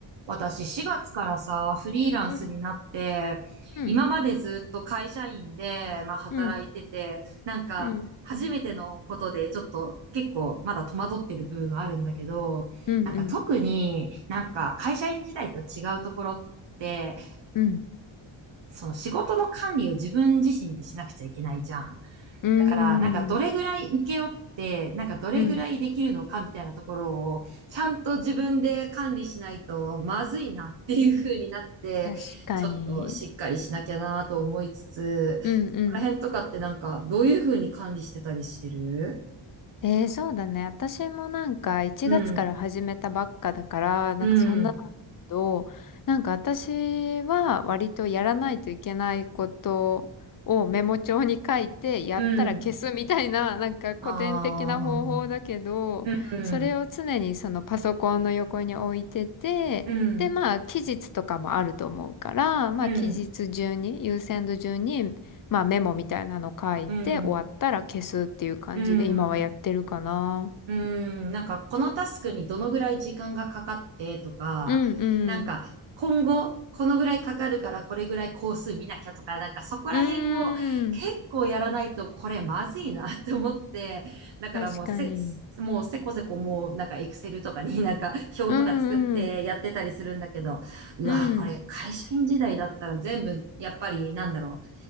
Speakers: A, on the right (about 60°); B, on the left (about 45°).
A: 私4月からさ、フリーランスになって、
B: うん、うん、
A: 今までずっと会社員で、まあ働いてて、
B: うん、
A: なんか初めてのことでちょっと結構まだ戸惑ってる部分はあるんだけど、
B: うん、うん、
A: なんか特になんか会社員時代と違うところって、
B: うん、うん、
A: その仕事の管理を自分自身でしなくちゃいけないじゃん。
B: うん、
A: だから、なんかどれぐらい請け負って、なんかどれぐらいできるのかみたいなところを、
B: うん
A: ちゃんと自分で管理しないとまずいなっていう風になって、
B: 確かに。
A: ちょっとしっかりしなきゃなと思いつつ、そこら辺とかってなんかどういう風に管理してたりしてる
B: うん、うん、えー、そうだね。私もなんか1月から始めたばっかだから、
A: うん、
B: なんかそんなのだけど、
A: うん、
B: なんか私は割とやらないといけないことをメモ帳に書いて、やったら消すみたいな、
A: うん。
B: なんか古典的な方法だけど、
A: ああ、うん、
B: それを常にそのパソコンの横に置いてて、
A: うん、
B: で、まあ期日とかもあると思うから、まあ期日順に、
A: うん、
B: 優先度順にまあメモみたいなの書いて終わったら消すっていう感じで今はやってるかな。
A: うん、うん。うーん、なんかこのタスクにどのぐらい時間がかかってとか、
B: うんうん。
A: なんか今後このぐらいかかるからこれぐらい工数見なきゃとか、なんかそこら辺を結構やらないとこれまずいなって思って、
B: うーん。
A: だからもうせ、
B: 確かに。
A: もうせこせこもうなんかエクセルとかになんか表とか作ってやってたりするんだけど、
B: うんうん。
A: うわーこれ会社員時代だったら全部やっぱりなんだろう。
B: うん。